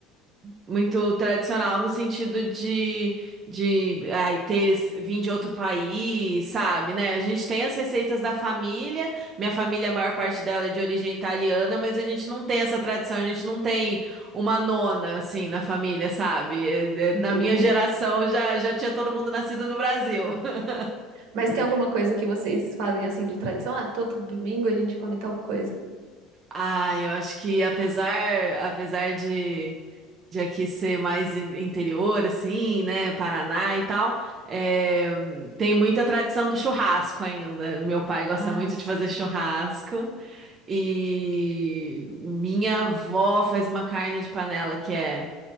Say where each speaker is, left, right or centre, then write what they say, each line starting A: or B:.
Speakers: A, on the right (about 25°); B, on the right (about 60°).
A: muito tradicional no sentido de, de ai, ter vim de outro país, sabe, né? A gente tem as receitas da família. Minha família, a maior parte dela é de origem italiana, mas a gente não tem essa tradição, a gente não tem uma nona assim na família, sabe? É, é,
B: Entendi.
A: Na minha geração já, já tinha todo mundo nascido no Brasil. <laughs>
B: Mas tem alguma coisa que vocês fazem assim de tradição? Ah, todo domingo a gente come tal coisa.
A: Ah, eu acho que apesar apesar de de aqui ser mais in- interior, assim, né? Paraná e tal. É, tem muita tradição do churrasco ainda. Meu pai gosta
B: Ah,
A: muito
B: s-
A: de fazer churrasco. E minha avó faz uma carne de panela que é